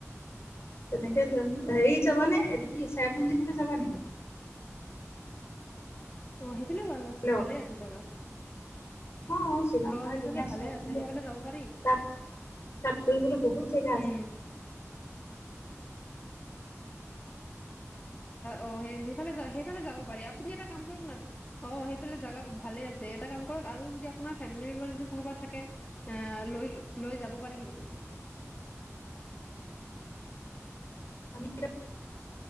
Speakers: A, on the left; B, on the left.
A: তেনেকে যাম ধৰি তাৰ মানে এইটো কি চেৰাপুঞ্জী ফালে যাবা নেকি
B: অ হে সেইফালে ভাল আছে
A: হেল্ল'
B: ভালে আছে জোগা
A: অ শ্বিলং
B: অ
A: পাহাৰ
B: সেইফালে
A: ধুনীয়া
B: ভালে
A: চেৰাপুঞ্জী
B: আছে সেইফালে
A: আৰু
B: যাব পাৰি
A: তাত তাত ফুৰিবলৈ বহুত জেগা আছে
B: উ <unintelligible> অ সেই সেইফালে সেইফালে যাব পাৰি আপুনি এটা কাম কৰক না অ সেইফালে জগা ভালে আছে এটা কাম কৰক না আৰু যদি আপোনাৰ ফেমিলি মেম্বাৰ যদি কোনোবা থাকে আহ লৈ লৈ যাব পাৰি কিন্তু
A: আমি